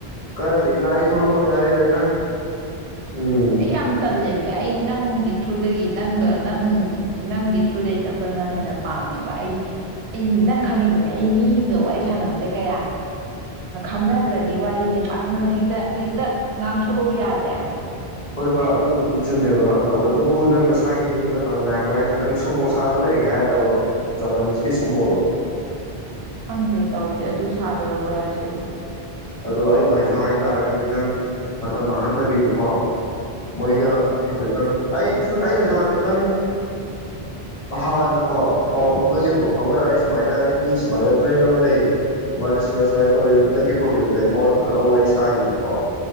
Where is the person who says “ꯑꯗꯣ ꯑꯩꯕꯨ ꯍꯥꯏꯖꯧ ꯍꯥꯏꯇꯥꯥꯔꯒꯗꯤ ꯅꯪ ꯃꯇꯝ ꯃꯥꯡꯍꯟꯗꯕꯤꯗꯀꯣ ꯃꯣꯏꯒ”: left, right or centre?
Left